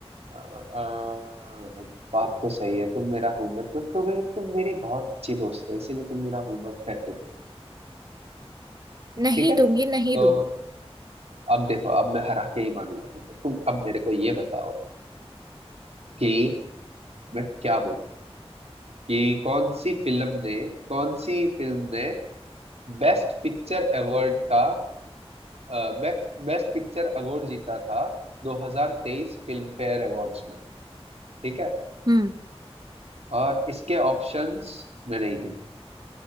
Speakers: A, on the right (about 75°); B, on the right (about 40°).
A: अ, बात तो सही है तुम मेरा होमवर्क क्योंकि तुम मेरी बहुत अच्छी दोस्त हो इसीलिए तुम मेरा होमवर्क करके दो
B: नहीं
A: ठीक है
B: दूंगी
A: तो
B: नहीं दूंगी
A: अब देखो अब मैं हरा के ही मानूंगा तुमको तुम अब मेरे को ये बताओ कि मैं क्या बोलूं कि कौन सी फिल्म ने कौन सी फिल्म ने बेस्ट पिक्चर अवार्ड का बेस्ट बेस्ट पिक्चर अवार्ड जीता था 2023 फिल्म फेयर अवार्ड्स में ठीक है
B: हम्म
A: और इसके ऑप्शंस मैं नहीं दूंगा